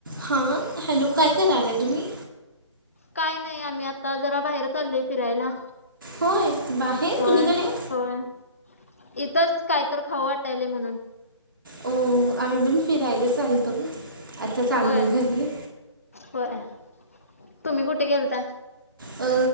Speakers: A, on the right; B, on the left.
A: हा हॅलो काय करायलाय तुम्ही?
B: काय नाही आम्ही आता जरा बाहेर चालोय फिरायला
A: हो बाहेहे
B: होय
A: कुणी कडे?
B: होय इथच काहीत खाऊ वाटाल म्हणून.
A: हो आम्ही पण फिरायला चालतो आता चाललो
B: होय
A: घरी.
B: होय तुम्ही कुठे गेलता?
A: अ